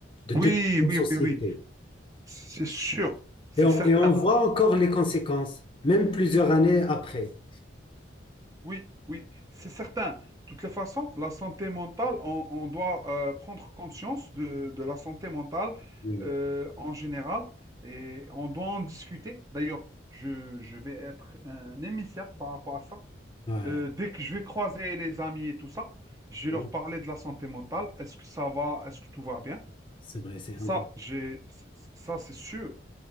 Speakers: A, on the left; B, on the right.
A: de
B: Oui,
A: toute une
B: oui,
A: société.
B: oui, oui. C'est sûr, c'est
A: Et on,
B: certain.
A: et on voit encore les conséquences, même plusieurs années après.
B: Oui, oui, c'est certain. De toutes les façons, la santé mentale, on, on doit euh, prendre conscience de, de la santé mentale
A: Oui, oui.
B: euh, en général et on doit en discuter. D'ailleurs, je, je vais être un émissaire par rapport à ça.
A: ouais,
B: Euh, dès que je vais croiser les amis et tout ça, je vais
A: oui,
B: leur parler de la santé mentale. Est-ce que ça va? Est-ce que tout va bien?
A: c'est vrai, c'est important.
B: Ça, j'ai, c- ça, c'est sûr.